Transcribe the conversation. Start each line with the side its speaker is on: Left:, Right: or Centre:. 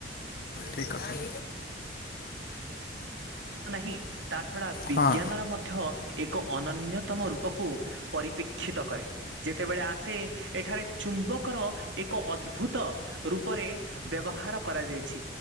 Left: ଠିକ୍ କଥା।
Right: ନାହିଁ, ତା ଛଡା ବିଜ୍ଞାନର
Left: ହଁ
Right: ମଧ୍ୟ ଏକ ଅନନ୍ୟତମ ରୂପକୁ ପରିପ୍ରେକ୍ଷିତ କରେ। ଯେତେବେଳେ ଆସେ, ଏଠାରେ ଚୁମ୍ବକର ଏକ ଅଦ୍ଭୁତ ରୂପରେ ବ୍ୟବହାର କରାଯାଇଛି।